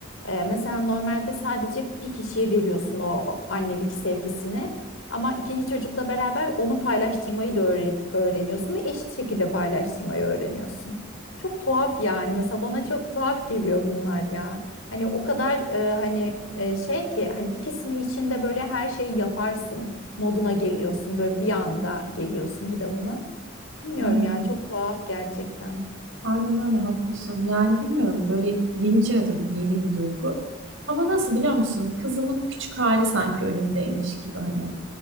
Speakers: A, on the left (about 80°); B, on the right (about 70°).
A: E, mesela normalde sadece bir kişiye veriyorsun o annelik sevgisini. Ama ikinci çocukla beraber onu paylaştırmayı da öğre- öğreniyorsun ve eşit şekilde paylaştırmayı öğreniyorsun. Çok tuhaf yani. Mesela bana çok tuhaf geliyor bunlar ya. Hani o kadar e, hani e, şey ki hani ikisini içinde böyle her şeyi yaparsın moduna geliyorsun. Böyle bir anda geliyorsun bir de buna. Bilmiyorum
B: Aynen.
A: ya çok tuhaf gerçekten.
B: Aynen öyle haklısın. Yani bilmiyorum böyle benim için de tabii ki yeni bir duygu. Ama nasıl biliyor musun? Kızımın küçük hali sanki önümdeymiş gibi hani.